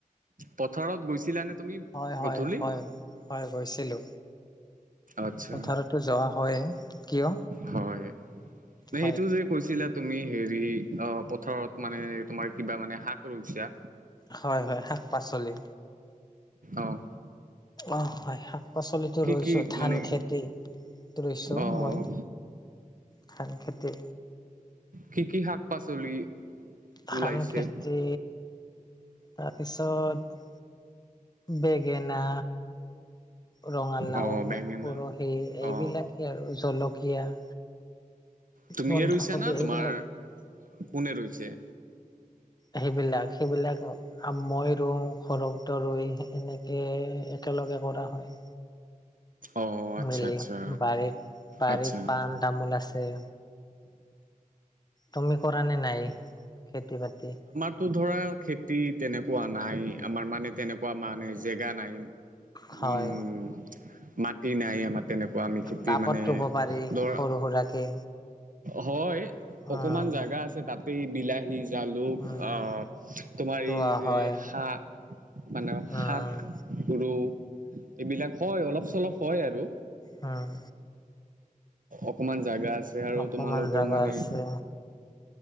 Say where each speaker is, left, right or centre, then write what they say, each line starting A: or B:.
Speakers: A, on the right (about 70°); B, on the left (about 30°).
A: পথাৰত গৈছিলানে তুমি
B: হয় হয়
A: গধূলি?
B: হয় হয় গৈছিলোঁ।
A: আচ্ছা,
B: পথাৰতো যোৱা হয় কিয়?
A: হয়। নে
B: হয়।
A: সেইটো যে কৈছিলা তুমি হেৰি অ পথাৰত মানে তোমাৰ কিবা মানে শাক ৰুইছা?
B: হয় হয় শাক -পাচলি।
A: অহ।
B: অ হয় শাক পাচলিটো ৰুইছো,
A: কি
B: ধান
A: মানে
B: খেতি টো ৰুইছো
A: অ',
B: মই। ধান খেতি।
A: কি কি শাক পাচলি?
B: ধান
A: ওলাইছে?
B: খেতি তাৰপিছত বেগেনা, ৰঙালাও,
A: অ বেঙেনা
B: উৰহি এইবিলাকেই
A: অ
B: আৰু জলকীয়া,
A: তুমিয়ে
B: বন্ধাকবি
A: ৰুইছা না তোমাৰ
B: এইবিলাক।
A: কোনে ৰৈছে?
B: সেইবিলাক সেইবিলাক <inaudible> আ মই ৰুওঁ ঘৰুতে ৰুইয়ে এনেকে একেলগে কৰা হয়।
A: অ আচ্ছা
B: মিলি
A: আচ্ছা
B: বাৰীত বাৰীত
A: আচ্ছা
B: পাণ তামোল আছে। তুমি কৰা নে নাই খেতি বাতি?
A: তুৰ ধৰা খেতি তেনেকুৱা নাই আমাৰ মানে তেনেকুৱা মানে জেগা নাই।
B: হয়
A: উম মাটি নাই আমাৰ। তেনেকুৱা আমি খেতি
B: টাবত
A: মানে
B: ৰুব পাৰি
A: ধৰ
B: সৰু সুৰাকে
A: হয়
B: উম
A: অকমান জাগা আছে তাতেই বিলাহী জালুক
B: উম
A: আ তোমাৰ
B: ৰোৱা
A: এই যে
B: হয়
A: শাক মানে
B: উম
A: শাক ৰুও এইবিলাক হয় অলপ চলপ হয় আৰু।
B: হুম।
A: অকমান জাগা আছে আৰু
B: অকমান
A: তোমালোকৰ
B: জাগা
A: মানে
B: আছে